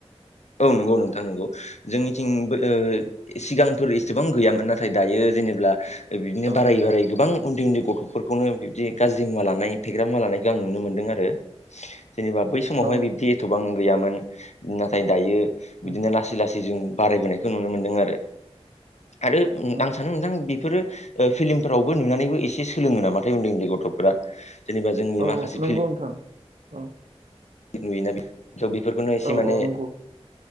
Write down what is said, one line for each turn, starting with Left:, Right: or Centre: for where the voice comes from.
Left: औ नंगौ नोंथां नंगौ जोंनिथिंबो ओ सिगांफोर एसेबां गैयामोन नाथाय दायो जेनेब्ला बिदिनो
Right: औ
Left: बाराय बाराय गोबां उन्दै उन्दै गथ'फोरखौनो बिबदि गाज्रि मुवा लानाय फेग्रा मुवा लानायखौ आं नुनो मोनदों आरो। जेनेबा बै समावहाय
Right: औ
Left: बिब्दि एथ'बां गैयामोन नाथाय दायो
Right: उम
Left: बिदिनो लासै लासै जों बारायबोनायखौ नुनो मोनदों आरो आरो
Right: उम
Left: आं सानो नोंथां बेफोरो फिल्मफ्रावबो नुनानैबो एसे सोलोङो नामाथाय उन्दै उन्दै गथ'फोरा जेनेबा जोंनि
Right: औ
Left: माखासे
Right: नंगौ नोंथां औ
Left: नुयोना थ' बेफोरखौनो एसे
Right: औ
Left: माने
Right: औ नंगौ